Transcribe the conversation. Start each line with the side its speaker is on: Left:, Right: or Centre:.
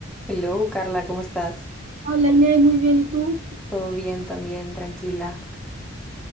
Centre: Hello, Carla, ¿cómo estás?
Right: Hola Inés, muy bien. ¿Y tú?
Centre: ¿Todo bien también? Tranquila.